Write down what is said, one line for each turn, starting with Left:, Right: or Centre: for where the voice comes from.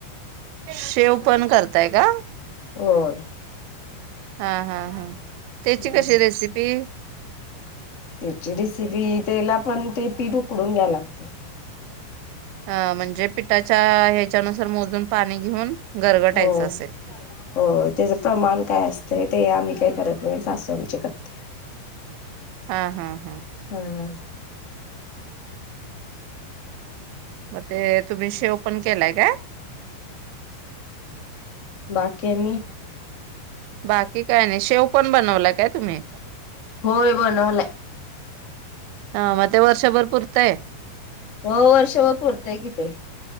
Right: शेव पण करताय का
Left: होय
Right: हा हा हा तेची
Left: हम्म
Right: कशी रेसिपी
Left: त्याची रेसिपी त्याला पण ते पीठ उकडून घ्यायला लागते
Right: अ म्हणजे पिठाच्या ह्याच्यानुसार मोजून पाणी घेऊन गरगटायचं
Left: हो
Right: असेल
Left: हो त्याचं प्रमाण काय असतं ते आम्ही काही करत नाही सासू आमची करते
Right: हा हा हा
Left: हा
Right: ते तुम्ही शेव पण केलाय काय
Left: बाकि आणि
Right: बाकी काय नाही शेव पण बनवला काय तुम्ही
Left: होय बनवलाय
Right: हा मग ते वर्षभर पुरतय
Left: हो वर्षभर पुरतय कि ते